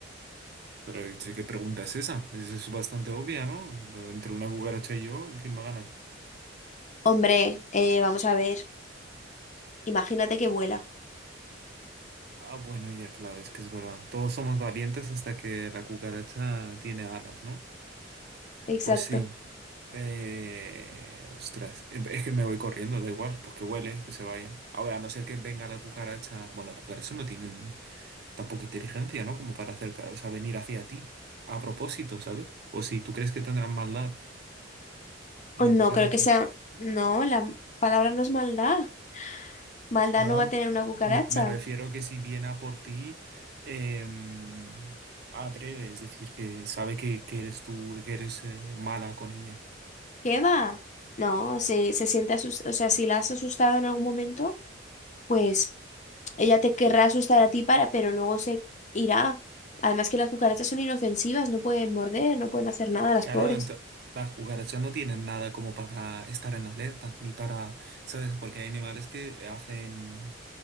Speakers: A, on the right; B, on the left.
A: Pero sí, ¿qué pregunta es esa? Es, es bastante obvia, ¿no? Entre una cucaracha y yo, ¿quién me gana?
B: Hombre, eh, vamos a ver, imagínate que vuela.
A: Ah, bueno, ya claro, es que es verdad. Todos somos valientes hasta que la cucaracha tiene alas, ¿no?
B: Exacto.
A: Pues sí. Eh, ostras, em, es que me voy corriendo, da igual, pues que huele, que se vaya. A ver, a no ser que venga la cucaracha. Bueno, las cucarachas no tienen tampoco inteligencia, ¿no? Como para acercar, o sea, venir hacia ti. A propósito, ¿sabes? O si tú crees que tendrán maldad una
B: O
A: cucaracha.
B: no creo que sea. No, la palabra no es maldad. Maldad
A: No,
B: no va a tener una cucaracha.
A: Me, me refiero que si viene a por ti, em, atreve, es decir, que sabe que, que eres tú, que eres eh, mala con ella.
B: ¿Qué va? No, si se siente asustada, o sea, si la has asustado en algún momento, pues ella te querrá asustar a ti para, pero luego se irá. Además que las cucarachas son inofensivas, no pueden morder, no pueden hacer nada, las
A: Claro,
B: pobres.
A: ento- las cucarachas no tienen nada como para estar en alerta, ni para, ¿sabes? Porque hay animales que hacen,